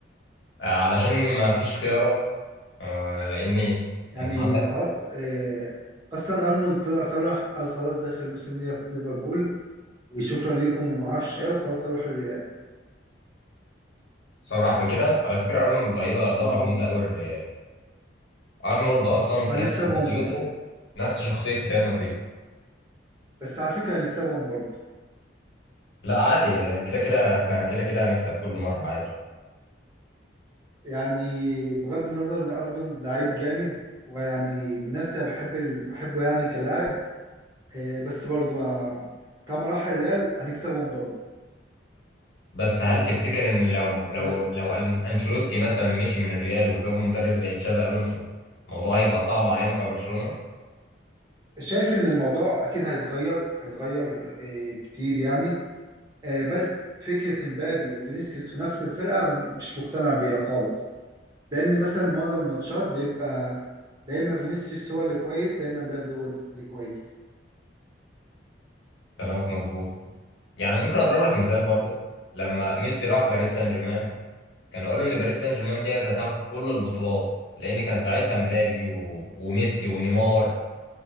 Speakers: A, on the left (about 75°); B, on the right (about 20°).
A: علشان ما فيش خيارات آه، لان
B: يعني
A: انت عندك
B: خلاص آه، اصلا ارنولد طلع صرح قال خلاص ده اخر موسم ليا في ليفربول وشكرا ليكم وما اعرفش ايه وخلاص هروح الريال
A: صرح بكده على فكره ارنولد هيبقى اضافه
B: اه
A: جامده قوي للريال ارنولد اصلا تحس
B: وهنكسبهم
A: شخصيته
B: برضو
A: نفس شخصيه ريال مدريد
B: بس على فكرة هنكسبهم برضو
A: لا عادي كده كده احنا كده كده هنكسب كل مره عادي
B: يعني بغض النظر ان اردن لعيب جامد ويعني من نفسي أنا بحب ال... بحبه يعني كلاعب آه، بس برضو آه، طالما راح الريال هنكسبهم برضو
A: بس هل تفتكر ان لو لو
B: انا
A: لو أن- انشيلوتي مثلا مشي من الريال وجابوا مدرب زي تشابي الونسو الموضوع هيبقى صعب علينا كبرشلونه
B: شايف ان الموضوع اكيد هيتغير هيتغير آه، كتير يعني آه، بس فكرة مبابي وفينيسيوس في نفس الفرقة مش مقتنع بيها خالص لان مثلا معظم الماتشات بيبقى لا اما فينيسيوس هو اللي كويس لا اما مبابي هو اللي كويس
A: كلامك مظبوط يعني ممكن اضرب لك مثال برضو لما ميسي راح باريس سان جيرمان كانوا قالوا ان باريس سان جيرمان دي هتاخد كل البطولات لان كان ساعتها مبابي و... وميسي ونيمار